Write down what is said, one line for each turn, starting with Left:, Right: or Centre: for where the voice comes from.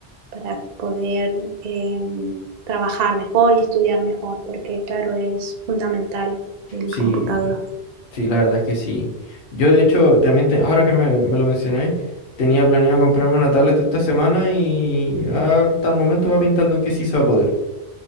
Right: para poder em, trabajar mejor y estudiar mejor, porque claro, es fundamental el
Left: sí.
Right: computador.
Left: Sí, la verdad es que sí. Yo, de hecho, también, te- ahora que me, me lo mencionáis, tenía planeado comprarme una tablet esta semana y hasta el momento va pintando que sí se va a poder.